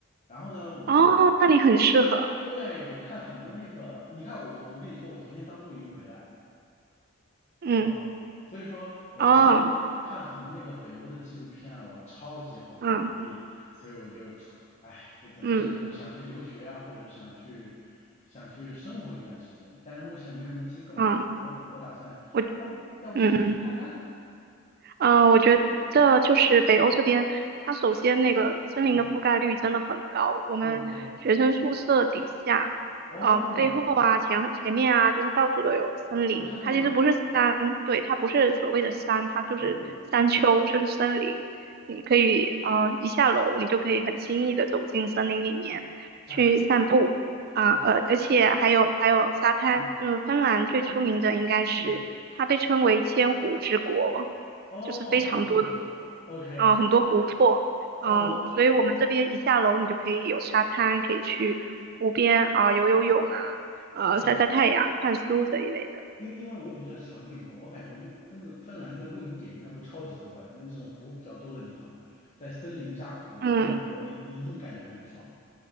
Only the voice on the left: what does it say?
然后呢，我
对我看很多那个，你看我我跟你说，我昨天刚露营回来。
嗯，所以说我之前看很多那个北欧的纪录片啊，
哇，超级好看，
所以所以我就，<tsk> 哎，这怎么想，
就是想去留学啊，或者是想去想去生活一段时间，但是目前没什么机会嘛，
所以我我打算，
要不要不先旅游去看看？
嗯
，OK，哦
哦，真的吗？
哦，
哎呀，我超，
嗯
嗯，哦，
它湖很多，OK，
哦，我。
哎。
因因为我比较喜欢露营嘛，我感觉露芬芬兰的露营点应该会超级多哎，就是这种湖比较多的地方，在森林加湖，
我跟你说一一定感觉很爽。